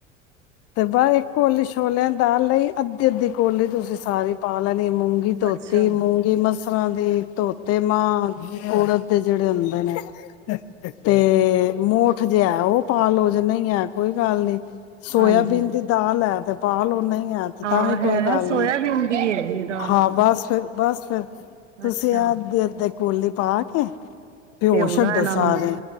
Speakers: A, on the left (about 40°); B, on the right (about 70°).
A: ਤੇ ਇੱਕ ਕੋੌਲੀ ਛੋਲਿਆਂ ਦਾਲ ਲਈ ਅੱਧੀ ਅੱਧੀ ਕੋਲੀ ਤੁਸੀਂ ਸਾਰੀ ਪਾ ਲੈ ਦੀ ਮੂੰਗੀ ਧੋਤੀ
B: ਅੱਛਾ
A: ਮੂੰਗੀ ਮਸਰਾਂ ਦੀ ਧੋਤੇ ਮਾਂ ੜਦ ਦੇ ਜਿਹੜੇ ਹੁੰਦੇ ਨੇ ਤੇ ਮੋਠ ਜਿਹਾ ਉਹ ਪਾ ਲੋੋ ਜ ਨਹੀਂ ਹੈ ਕੋਈ ਗੱਲ ਨੀ ਸੋਇਆਬੀਨ
B: ਹਾਂਜੀ
A: ਦੀ ਦਾਲ ਹੈ ਤੇ ਪ ਲਓ ਨਹੀਂ ਹੈ ਤੇ
B: ਹਾਂ
A: ਤਾਂ ਵੀ
B: ਹੈ
A: ਕੋਈ ਗੱਲ
B: ਸੋਇਆਬੀਨ
A: ਨਹੀਂ
B: ਦੀ ਹੈਗੀ ਹੈ ਦਾਲ
A: ਹਾਂ ਬਸ ਫਿਰ ਬਸ ਫਿਰ ਤੁਸੀਂ
B: ਅੱਛਾ
A: ਅੱਧੀ-ਅੱਧੀ ਕੋਲੀ ਪਾ ਕੇ ਭਿਓ
B: ਤੇ ਉਹਦਾ
A: ਛੱਡੋ
B: ਇਹਨਾ
A: ਸਾਰੇ
B: ਨੂੰ